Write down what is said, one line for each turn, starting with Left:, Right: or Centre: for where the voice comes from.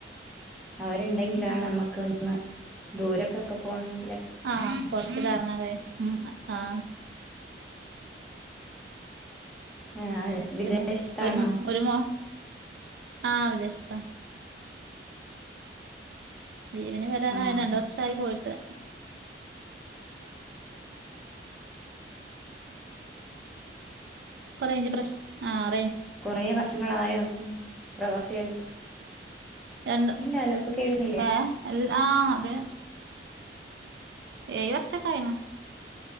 Centre: അവര്ണ്ടെങ്കിലാണ്
Right: ഉം
Centre: അമ്ക്ക് ന്ന ദൂരക്കൊക്ക പോണെന്
Right: ആ പൊർത്ത് കറങ്ങാൻ കയി മ് അ ആ
Centre: ഏഹ് വിദേശത്താണോ
Right: പിന്നെ ഒര് മ് ഒരു മോ ആ വിദേശ്ത്താ ലീവിന് വരാനായിണ്
Centre: ആഹ്
Right: രണ്ട് വർഷായി പോയിട്ട് പ റെയ്ഞ്ച് പ്രശ് ആ ആ
Centre: കൊറെ വർഷങ്ങളായോ പ്രവാസിയായിട്ട്
Right: രണ്ട്
Centre: ഇല്ലല്ലോ ഇപ്പൊ കേൾക്കുന്നില്ലേ
Right: ഏ എല്ല ആ അതേ ഏയ് വർഷൊക്കായിണ്